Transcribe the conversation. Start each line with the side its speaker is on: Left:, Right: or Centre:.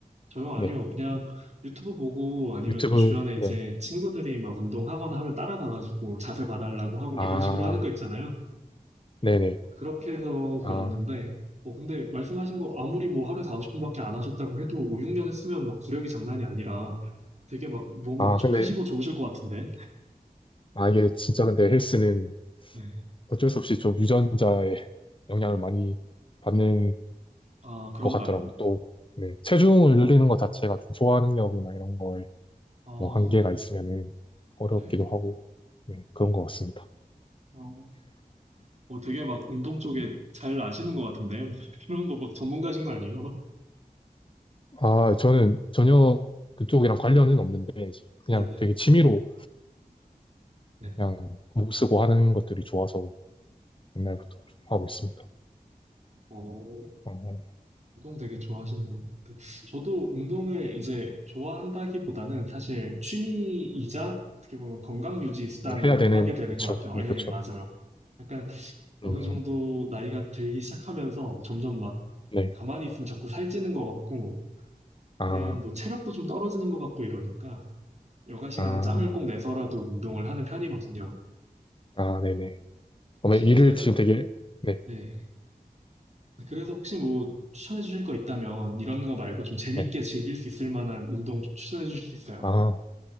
Right: 저요, 아니요.
Left: 네.
Right: 그냥 유튜브 보고 아니면
Left: 유튜브,
Right: 또 주변에
Left: 네.
Right: 이제 친구들이 막 운동하거나 하면 따라가가지고 자세 봐달라고 하고
Left: 아,
Right: 막 이런 식으로 하는 거 있잖아요.
Left: 네네.
Right: 어, 그렇게 해서
Left: 아,
Right: 배웠는데, 어, 근데 말씀하신 거 아무리 뭐 하루에 40분밖에 안 하셨다고 해도 5, 6년 했으면 막 구력이 장난이 아니라 되게 막 몸이
Left: 아,
Right: 엄청
Left: 근데,
Right: 크시고 좋으실 것 같은데.
Left: 아, 이게 진짜 근데 헬스는
Right: 네.
Left: 어쩔 수 없이 좀 유전자의 영향을 많이 받는
Right: 아, 그런가요?
Left: 것 같더라고요. 또, 네. 체중을 늘리는 것 자체가 좀 소화 능력이나 이런 거에
Right: 아,
Left: 뭐 한계가 있으면은 어렵기도
Right: 네.
Left: 하고, 네. 그런 것 같습니다.
Right: 어, 어, 되게 막 운동 쪽에 잘 아시는 것 같은데? 막 <laughs> 이런 거 막 전문가신 거 아니에요? 막?
Left: 아, 저는 전혀 그쪽이랑 관련은 없는데, 이제 그냥
Right: 네네.
Left: 되게 취미로
Right: 네.
Left: 그냥 목 쓰고 하는 것들이 좋아서 옛날부터 좀 하고 있습니다.
Right: 어,
Left: 어,
Right: 운동 되게 좋아하시는 것 같아요. 저도 운동을 이제 좋아한다기보다는 사실 취미이자 어떻게 보면 건강 유지 수단으로
Left: 해야 되는,
Right: 하게 되는
Left: 그쵸.
Right: 것 같아요.
Left: 네, 그쵸.
Right: 예, 맞아요. 약간 어느
Left: 음,
Right: 정도 나이가 들기 시작하면서 점점 막
Left: 네.
Right: 가만히 있으면 자꾸 살찌는 것 같고
Left: 아,
Right: 그냥 뭐 체력도 좀 떨어지는 것 같고 이러니까 여가 시간에
Left: 아,
Right: 짬을 꼭 내서라도 운동을 하는 편이거든요.
Left: 아, 네네. 그머
Right: 혹시
Left: 일을
Right: 제가
Left: 지금
Right: 그,
Left: 되게, 네,
Right: 네. 네, 그래서 혹시 뭐 추천해 주실 거 있다면 이런 거 말고 좀 재밌게
Left: 네.
Right: 즐길 수 있을 만한 운동 좀 추천해 주실 수 있어요?
Left: 아,